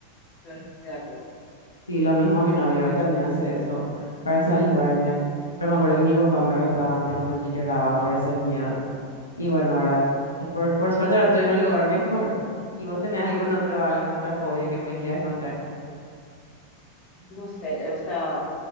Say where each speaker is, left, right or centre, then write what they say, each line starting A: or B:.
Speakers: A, on the left; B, on the left.
A: Ay, me da cosa.
B: Sí, lo mismo a mi novio, él también hace eso para salvarme. Pero me acuerdo que mi papá me retaba antes cuando yo lloraba por ese miedo. Y bueno, ¿verdad? Eh, Por, por suerte ahora estoy en un lugar mejor. ¿Y vos tenés alguna otra, alguna otra fobia que me quieras contar?
A: No sé, o sea,